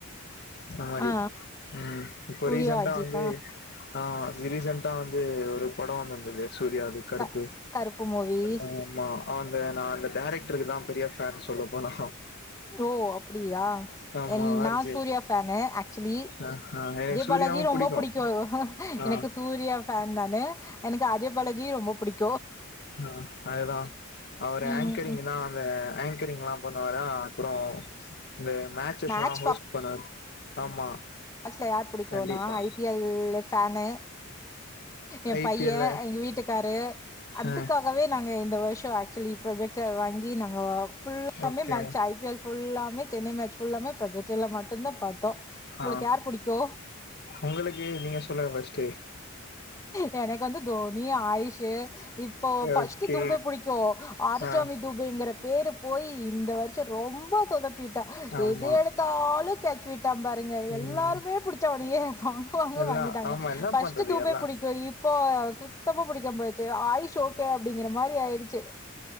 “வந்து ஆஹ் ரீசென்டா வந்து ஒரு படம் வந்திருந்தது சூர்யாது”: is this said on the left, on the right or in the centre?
Left